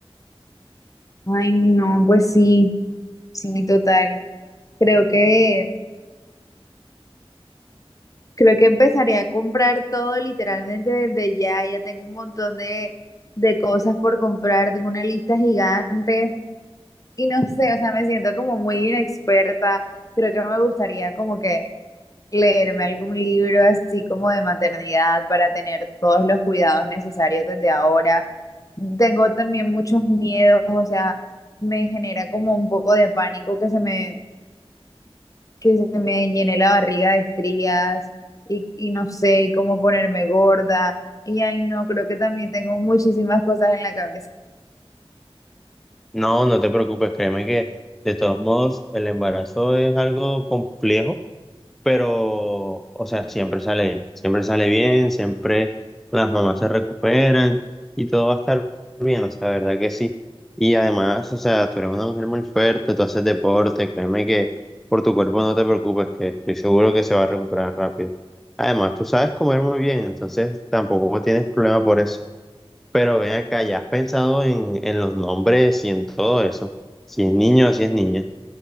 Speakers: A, on the left; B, in the centre.
A: Ay, no, pues sí, sí, total. Creo que Creo que empezaré a comprar todo literalmente desde ya. Ya tengo un montón de, de cosas por comprar, tengo una lista gigante y no sé, o sea, me siento como muy inexperta. Creo que me gustaría como que leerme algún libro así como de maternidad para tener todos los cuidados necesarios desde ahora. Tengo también muchos miedos, o sea, me genera como un poco de pánico que se me que se me llené la barriga de estrías y, y no sé, y cómo ponerme gorda. Y ay, no, creo que también tengo muchísimas cosas en la cabeza.
B: No, no te preocupes, créeme que de todos modos el embarazo es algo complejo, pero, o sea, siempre sale, siempre sale bien, siempre las mamás se recuperan y todo va a estar bien, o sea, verdad que sí. Y además, o sea, tú eres una mujer muy fuerte, tú haces deporte, créeme que por tu cuerpo no te preocupes, que estoy seguro que se va a recuperar rápido. Además, tú sabes comer muy bien, entonces tampoco tienes problema por eso. Pero ven acá, ¿ya has pensado en, en los nombres y en todo eso? Si es niño o si es niña.